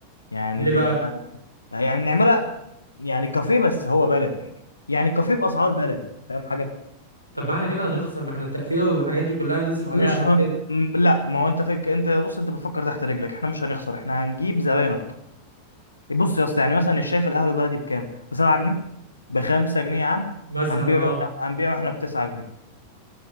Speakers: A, on the left; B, on the right.
A: يعني
B: ليه
A: تبقى
B: بقى
A: يعني نعملها يعني كافيه بس هو بلدي يعني كافيه باسعار بلدي فاهم حاجة
B: طب ما احنا كده هنخسر ما احنا التقفيله والحاجات دي كلها هنصرف عليها
A: مش
B: قد
A: ه...
B: كده
A: م- لا ما هو انت فك... انت بص انت بتفكر تحت رجلك احنا مش هنخسر احنا هنجيب زباين اكتر بص يا اسطى يعني مثلا الشاي في القهوه البلدي بكام؟ ب 7 جنيه ب 5 جنيه يا عم
B: مثلا
A: هنبيعه
B: اه
A: هنبيعه احنا ب 9 جنيه